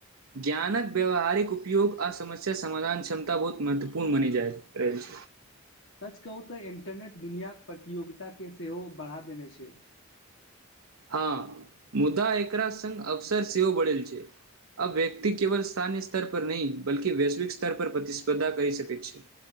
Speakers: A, on the right; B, on the left.
A: ज्ञानक व्यावहारिक उपयोग आ समस्या समाधान क्षमता बहुत महत्वपूर्ण मनीजा रहल छै
B: <inaudible> सच कहू तऽ इंटरनेट दुनियाक प्रतियोगिता के सेहो बढ़ा देने छै
A: हँ मुद्दा एकरा संग अवसर सेहो बढ़ल छै आब व्यक्ति केवल स्थानीय स्तर पर नहि बल्कि वैश्विक स्तर पर प्रतिस्पर्धा कय सकै छै